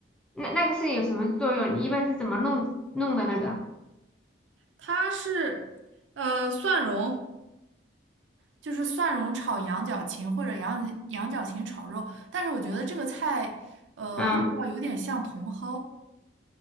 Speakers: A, in the centre; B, on the right (about 85°).
A: 那那个是有什么作用？你一般是怎么弄弄的那个？
B: 它是呃蒜蓉。就是蒜蓉炒羊角芹或者羊羊角芹炒肉，但是我觉得这个菜，呃，
A: 嗯，
B: 味道有点像茼蒿，